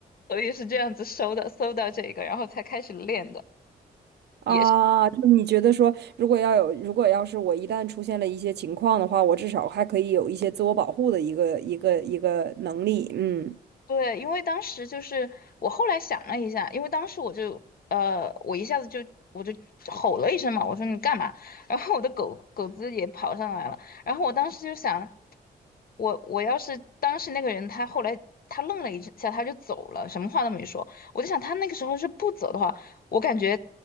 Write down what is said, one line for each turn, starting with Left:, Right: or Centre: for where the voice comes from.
Left: 所以是这样子搜的，搜到这个，然后才开始练的。
Right: 啊！
Left: 也是。
Right: 就是你觉得说，如果要有，如果要是我一旦出现了一些情况的话，我至少还可以有一些自我保护的一个一个一个能力。嗯，
Left: 对，因为当时就是我后来想了一下，因为当时我就呃，我一下子就我就吼了一声嘛，我说你干嘛？<laughs> 然后我的狗狗子也跑上来了，然后我当时就想，我我要是当时那个人，他后来他愣了一下，他就走了，什么话都没说。我就想他那个时候是不走的话，我感觉